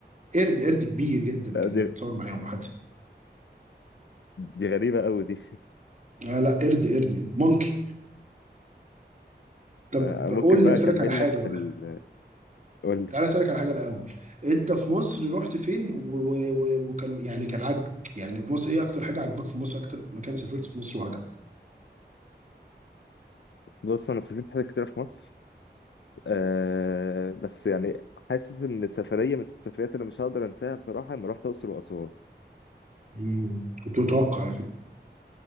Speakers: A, on the right; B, on the left.
A: قرد قرد كبير جدا
B: لا
A: كده
B: دي
A: اتصور معاهم حد
B: دي غريبة قوي دي
A: آه لا قرد قرد مونكي طب
B: آه، ممكن
A: قول
B: بقى
A: لي اسالك
B: اكمل
A: على حاجه
B: لك في
A: بقى
B: ال... قول لي
A: تعالى اسالك على حاجه الاول انت في مصر رحت فين و... و... و... وكان يعني كان عاجبك يعني في مصر ايه اكتر حاجه عجبك في مصر اكتر مكان سافرت في مصر وعجبك
B: بص انا سافرت حاجات كتير في مصر أه بس يعني حاسس ان سفرية من السفريات اللي مش هقدر انساها بصراحة لما رحت الاقصر واسوان
A: مم. كنت متوقع على فكره